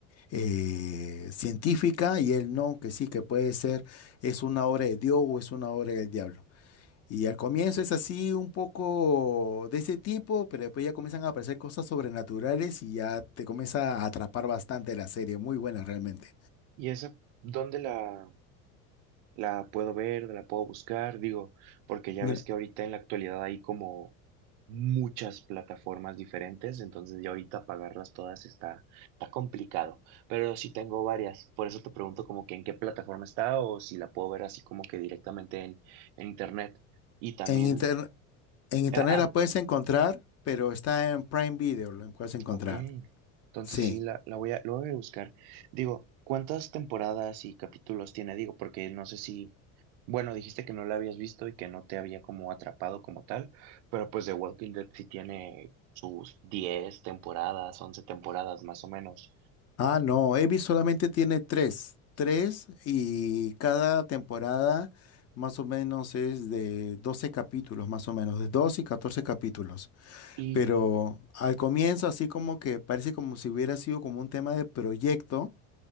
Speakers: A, on the left; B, on the right.
A: eh, científica y él no, que sí, que puede ser, es una obra de Dios o es una obra del diablo. Y al comienzo es así un poco de ese tipo, pero después ya comienzan a aparecer cosas sobrenaturales y ya te comienza a atrapar bastante la serie, muy buena realmente.
B: ¿Y esa dónde la, La puedo ver, la puedo buscar, digo, porque ya
A: Mira,
B: ves que ahorita en la actualidad hay como muchas plataformas diferentes, entonces ya ahorita pagarlas todas está, está complicado, pero sí tengo varias, por eso te pregunto como que en qué plataforma está o si la puedo ver así como que directamente en, en internet. Y también,
A: en inter- en internet
B: eh, ah,
A: la puedes encontrar, pero está en Prime Video, la puedes encontrar.
B: Ok, entonces
A: Sí.
B: sí, la, la voy a, lo voy a buscar. Digo, ¿cuántas temporadas y capítulos tiene? Digo, porque no sé si, bueno, dijiste que no la habías visto y que no te había como atrapado como tal, pero pues The Walking Dead sí tiene sus 10 temporadas, 11 temporadas más o menos.
A: Ah, no, Evi solamente tiene tres, tres y cada temporada más o menos es de 12 capítulos, más o menos, de 12 y 14 capítulos.
B: Y,
A: Pero al comienzo así como que parece como si hubiera sido como un tema de proyecto.